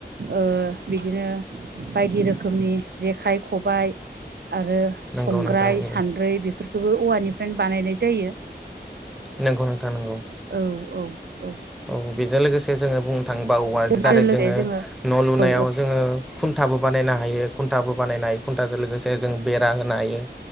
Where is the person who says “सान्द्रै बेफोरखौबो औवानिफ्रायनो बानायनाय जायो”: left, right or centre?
Right